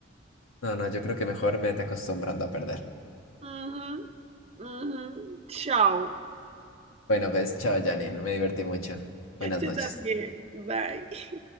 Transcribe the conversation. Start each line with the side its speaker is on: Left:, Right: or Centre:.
Left: No, no, yo creo que mejor vete acostumbrando a perder.
Right: Ujú, ujú. Chao.
Left: Bueno, pues, chao, Janine. Me divertí mucho. Buenas
Right: Yo
Left: noches.
Right: también. Bye.